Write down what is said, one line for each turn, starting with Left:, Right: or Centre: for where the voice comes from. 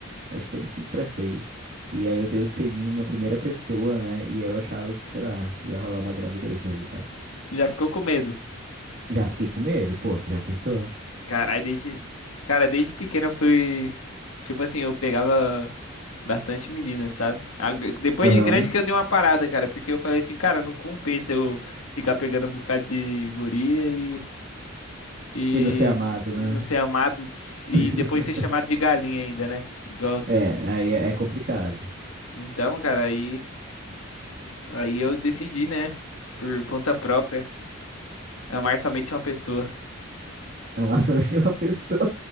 Right: Acho que era uns cinco para seis. E aí eu dei o selinho na primeira pessoa, né? E aí eu achava que, sei lá, ia rolar uma gravidez dali, saca?
Left: Já ficou com medo.
Right: Já fiquei com medo, pô, tu já pensou?
Left: Caralho, desde. Cara, desde pequeno eu fui. Tipo assim, eu pegava bastante meninas, sabe? Ag- Depois
Right: Aham.
Left: de grande que eu dei uma parada, cara, porque eu falei assim, cara, não compensa eu ficar pegando um bocado de guria e. E,
Right: E não ser amado, né?
Left: e não ser amado e
Right: <laughs>
Left: depois ser chamado de galinha ainda, né? Igual-
Right: É, aí é é complicado.
Left: Então, cara, aí. Aí eu decidi, né? Por conta própria, amar somente uma pessoa.
Right: Amar somente uma pessoa